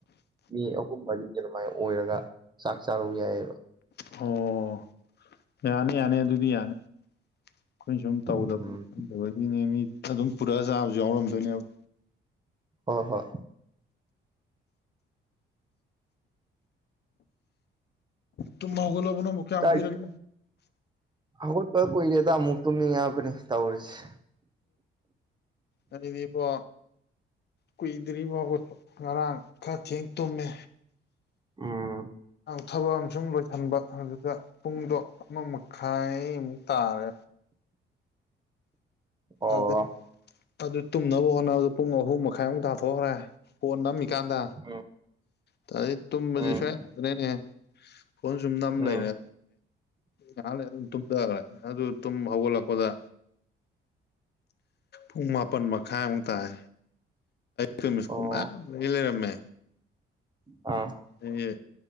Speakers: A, on the right (about 20°); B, on the left (about 55°).
A: ꯃꯤ ꯑꯍꯨꯝ ꯃꯔꯤ ꯑꯗꯨꯃꯥꯏꯅ ꯑꯣꯏꯔꯒ ꯆꯥꯛ ꯆꯥꯔꯨ ꯌꯥꯏꯑꯕ
B: ꯑꯣ ꯌꯥꯅꯤ ꯌꯥꯅꯤ ꯑꯗꯨꯗꯤ ꯌꯥꯅꯤ ꯑꯩꯈꯣꯏꯅ ꯁꯨꯝ ꯇꯧꯗꯕꯨ
A: ꯎꯝ
B: ꯇꯗꯤꯅꯦ ꯃꯤ ꯑꯗꯨꯝ ꯄꯨꯔꯛꯑ ꯆꯥꯕꯁꯨ ꯌꯥꯎꯔꯝꯗꯣꯏꯅꯦꯕ
A: ꯍꯣꯏ ꯍꯣꯏ
B: ꯇꯨꯝ ꯍꯧꯒꯠꯂꯥꯕꯣ ꯀꯌꯥꯝ
A: ꯆꯥꯛ
B: ꯀꯨꯏꯔꯒꯦ
A: ꯍꯧꯒꯠꯄ ꯀꯨꯏꯔꯦꯗ ꯑꯃꯨꯛ ꯇꯨꯝꯅꯤꯡꯉꯛꯕꯅꯦ ꯇꯧꯔꯤꯁꯦ
B: ꯎꯝꯗꯤꯕꯣ ꯀꯨꯏꯗ꯭ꯔꯤ ꯐꯥꯎꯕ ꯉꯔꯥꯡ ꯈꯔ ꯊꯦꯡ ꯇꯨꯝꯃꯦ
A: ꯎꯝ
B: ꯊꯕꯛ ꯑ ꯁꯨꯝ ꯂꯣꯏꯁꯤꯟꯕ ꯑꯗꯨꯗ ꯄꯨꯡꯗꯣ ꯑꯃ ꯈ ꯇꯥꯔꯦ
A: ꯑꯣ
B: ꯑꯗꯩ ꯑꯗꯨ ꯇꯨꯝꯅꯕ ꯍꯣꯠꯅꯕꯗ ꯄꯨꯡ ꯑꯍꯨꯝ ꯃꯈꯥꯏꯃꯨꯛ ꯊꯥꯊꯣꯛꯈ꯭ꯔꯦ ꯄꯣꯟ ꯅꯝ ꯀꯥꯟꯗ
A: ꯎꯝ
B: ꯑꯗꯗꯒꯤ ꯇꯨꯝꯁ
A: ꯎꯝ
B: ꯁꯨꯋꯥ ꯌꯥꯗ꯭ꯔꯦꯅꯦꯍ ꯐꯣꯟ ꯁꯨꯝ ꯅꯝ
A: ꯎꯝ
B: ꯂꯩꯔꯦ ꯉꯍꯥꯟ ꯂꯩ ꯑꯗꯨꯝ ꯇꯨꯝꯊꯈꯔꯦ ꯑꯗꯨ ꯇꯨꯝ ꯍꯧꯒꯠꯂꯛꯄꯗ ꯎꯨꯡ ꯃꯥꯄ ꯃ ꯈꯥꯏ ꯎ ꯇꯥꯏ ꯀꯃꯤꯁꯀꯣ
A: ꯑꯣ
B: ꯃꯥ ꯂꯩ ꯂꯩꯔꯝꯃꯦ
A: ꯑꯥ
B: ꯑꯩ